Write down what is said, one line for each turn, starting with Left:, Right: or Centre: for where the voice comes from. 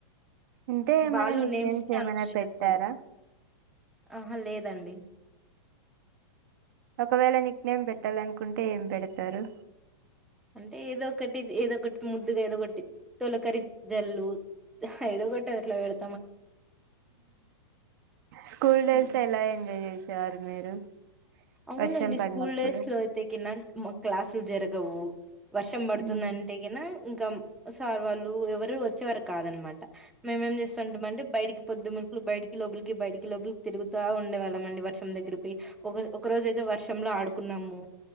Right: అంటే ఏమైనా
Centre: వాళ్ళు
Right: నిక్ నేమ్స్
Centre: కి
Right: ఏమైనా
Centre: అనౌన్స్ చేస్తారు
Right: పెట్ ట్టార
Centre: ఆహా లేదండి
Right: ఒకవేళ నిక్ నేమ్ పెట్టాలనుకుంటే ఏం పెడతారు
Centre: అంటే ఏదో ఒకటిది ఏదో ఒకటి ముద్దుగా ఏదో కొట్టి తొలకరీ జల్లు ఏదో కొట్టట్లే వాళ్లు
Right: స్కూల్ డేస్
Centre: హ్మ్.
Right: లో ఎలా ఎంజాయ్ చేసే యారు మీరు
Centre: అవునండి
Right: వర్షం పడినప్పుడు
Centre: స్కూల్ డేస్ లో అయితే కిన క్లాసులు జరగవు వర్షం పడుతుందంటే
Right: మ్మ్
Centre: గేనా ఇంకా సార్ వాళ్ళు ఎవరు వచ్చేవారు కాదన్నమాట్ మేమేం చేస్తా ఉంటామంటే బయటికి పొద్దు ములుపులు బయటికి లోపలికి బయకి లోపలికి తిరుగుతా ఉండేవాళ్ళం అండి వర్షం దగ్గిరిపోయ్ ఒక ఒక రోజ అయితే వర్షంలో ఆడుకున్నాము